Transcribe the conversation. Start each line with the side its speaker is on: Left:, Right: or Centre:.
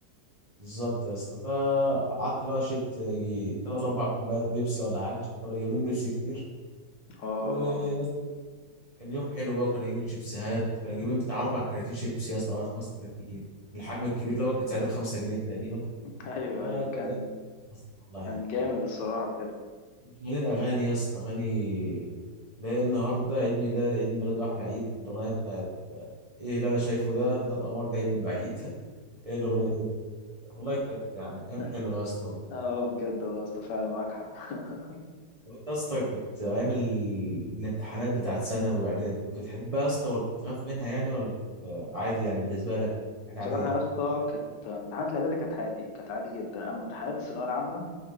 Right: بالظبط يا اسطى فقعدت بقى شربت يجي تلات أربع كوبايات بيبسي ولا حاجة عشان كانوا جايبين بيبسي كتير
Left: اه
Right: ويا
Left: اه
Right: اسطى كان يوم حلو بقى وكنا جايبين شيبسيهات كنا جايبين بتاع أربع كراتين شيبسي يا اسطى ولا خمس كراتين الحجم الكبير اللي هو كان ساعتها بخمسة جنيه تقريبا
Left: <laughs> ايوه
Right: فكانت
Left: ايوه كان
Right: أيام مصر والله يعني
Left: كان جامد الصراحة بجد
Right: شغالين أغاني يا اسطى أغاني لا النهاردة عيد ميلاد عيد ميلاد وأحلى عيد الأغنية بتاعت ايه اللي انا شايفه ده ده القمر جاي من بعيد <laughs> ايه الاغنيه دي؟ والله كانت يعني ايام
Left: <laughs>
Right: حلوه يا اسطى
Left: اه بجد الله يا اسطى فعلا معاك حق <laughs>
Right: وانت يا اسطى كنت ايام ال- الامتحانات بتاعت ثانوي واعدادي كنت بتحبها يا اسطى ولا كنت بتخاف منها يعني ولا كنت عادي يعني بالنسبه لك حاجه
Left: بصراحة
Right: عاديه
Left: يا اسطى كانت امتحانات الإعدادي كانت عادي كانت عادي جدا أما امتحانات الثانوية العامة